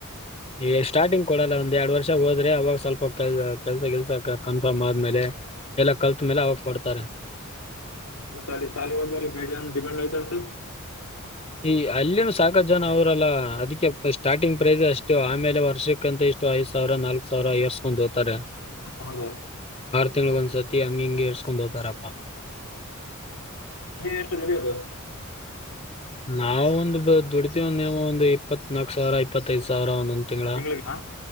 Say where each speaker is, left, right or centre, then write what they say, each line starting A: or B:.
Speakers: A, on the left; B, on the left.
A: ಈ ಸ್ಟಾರ್ಟಿಂಗ್ ಕೊಡಲ್ಲಾ ಒಂದ್ ಎರಡ್ ವರ್ಷ ಹೋದ್ರೆ ಆವಾಗ ಸ್ವಲ್ಪ ಕೆಲ್ ಕೆಲ್ಸ ಗಿಲ್ಸ ಕ ಕನ್ಫರ್ಮ್ ಆದ್ಮೇಲೆ. ಎಲ್ಲ ಕಲ್ತ್ ಮೇಲೆ ಆವಾಗ ಕೊಡ್ತಾರೆ.
B: ಮತ್ತ ಅಲ್ಲಿ ಸಾಲಿ ಒಂದರಿ ಬೇಜಾನ ಡಿಮ್ಯಾಂಡ್ ಆಯತಂತು.
A: ಈ ಅಲ್ಲಿವ್ನ ಸಾಕಷ್ಟು ಜನ ಅವರಲ್ಲ ಅದಿಕ್ಕೆ ಪ್ಪಾ ಸ್ಟಾರ್ಟಿಂಗ್ ಪ್ರೈಸ್ ಅಷ್ಟು ಆಮೇಲೆ ವರ್ಷಕ್ಕಂತ ಇಷ್ಟು ಐದ್ ಸಾವ್ರಾ ನಾಲ್ಕ್ ಸಾವ್ರಾ ಏಸ್ಕೋಂದ ಧೊತ್ತಾರೆ.
B: ಹೌದೋ.
A: ತಿಂಗಳಂಗ ಒಂದ್ಸತಿ ಹಂಗ ಹಿಂಗಗೆ ಎರ್ಸ್ಕೊಂದ್‌ ಹೋಗ್ತಾರಪ್ಪಾ.
B: ನೀ ಎಷ್ಟು ದುಡಿಯೋದು.
A: ನಾವ ಒಂದುಬ ದುಡತಿವಂದವು ಒಂದ್ ಇಪ್ಪತ್ ನಾಕ್ ಸಾವ್ರಾ ಇಪ್ಪತ್ತೈದ್ ಸಾವ್ರಾ ಒಂನೊಂದ. ತಿಂಗ್ಳಾ
B: ತಿಂಗ್ಳಿಗೆ